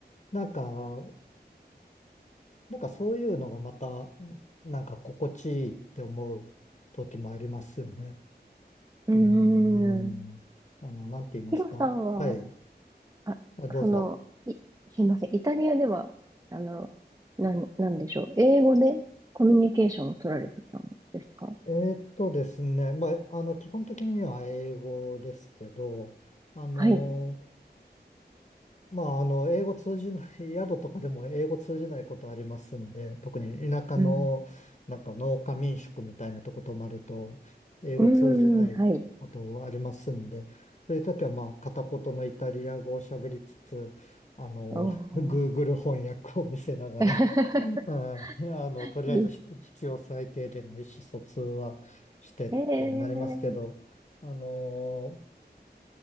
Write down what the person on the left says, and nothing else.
なんか、なんかそういうのがまた、なんか心地いいって思う時もありますよね。
うーん。
あの、なんて言いますか。
はい。
あ、どうぞ。
えーっとですね。まあ、あの、基本的には英語ですけど、あの、
まあ、あの、英語通じない、<laughs> 宿とかでも英語通じないことありますんで、特に田舎の、
なんか農家民宿みたいなとこ泊まると、英語通じないことありますんで、
そういう時はまあ、片言のイタリア語を喋りつつ、あの、
<laughs> Google 翻訳を見せながら
<laughs> あーあの、
とりあえず必必要最低限の意思疎通はしてってなりますけど、
あの